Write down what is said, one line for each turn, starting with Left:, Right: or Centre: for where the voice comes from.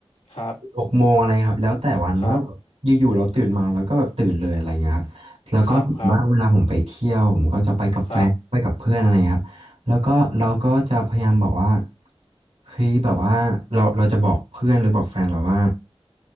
Left: ครับ
Right: หกโมงอะไรครับแล้วแต่วันว่าแบบอยู่ๆเราตื่นมาแล้วก็แบบตื่นเลยอะไรเงี้ยครับแล้วก็ส่วนมากเวลาผมไปเที่ยวผมก็จะไปกับแฟนไปกับเพื่อนอะไรเงี้ยครับแล้วก็เราก็จะพยายามบอกว่า
Left: ครับครับครับครับ
Right: เฮ้ยแบบว่าเราเราจะบอกเพื่อนหรือบอกแฟนเราว่า